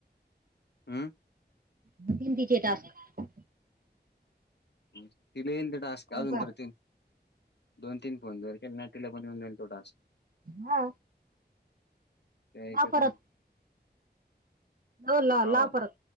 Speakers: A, on the left; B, on the right.
A: हम्...
B: म तीन तिचे टास्क.
A: तील येईल ते टास्क अजुन
B: पहा
A: तर ती..... दोन तीन फोन जर केले न तीला पण येऊन जाईन तो टास्क.
B: हा
A: ते ऐकत
B: हा परत....
A: नाही.
B: हं ला
A: हो
B: लाव परत.